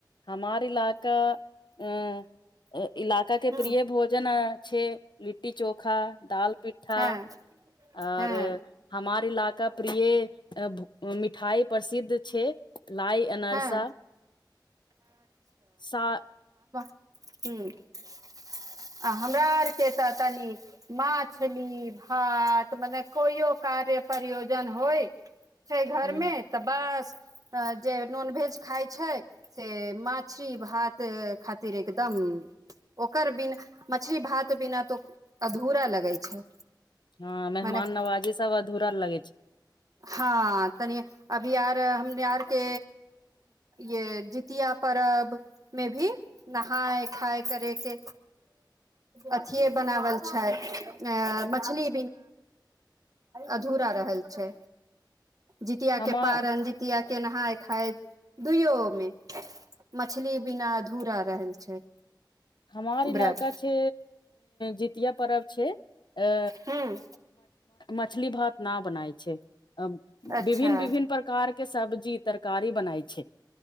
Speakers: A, on the left; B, on the right.
A: हमार इलाका अ। इलाका के
B: हूं
A: प्रिय भोजन अ। छे ली। लिट्टी चोखा दाल पिट्ठा
B: हँ
A: और
B: हँ
A: हमार। ला का प्रिय। मिठाई प्रसिद्ध छै लाइ अनरसा
B: हँ
A: सा।
B: ह। आ हमरा आरके त तनि मछली भात मने कोइओ कार्य प्रयोजन होय। छै घरमे
A: हँ
B: त बस जे नॉनवेज। खाइ छै। से माछरी भात। खातिर एकदम ओकर बीन। मछली भात बिना तो अधूरा लगै छै।
A: हँ मेहमान
B: मने
A: नवाजे सभ अधूरा लगै छै।
B: हँ तनि अभी आर हम आरके य जितिया परब मे भी। नहाय खााय करैके। अथिए बनावल छै। अ मछली। अधूरा रहल छै जितिया
A: हमार
B: के पारन जितिया। के नहााय खाय दुइो मे मछली बिना अधूरा रहल छै।
A: हमार इलाका
B: व्रत
A: छै जितिया पर्व छै अ
B: हूँ
A: मछली भात ना बनाय छै। अ
B: अच्छा
A: विभिन्न विभिन्न प्रकार के सब्जी। तरकारी बनाय छै।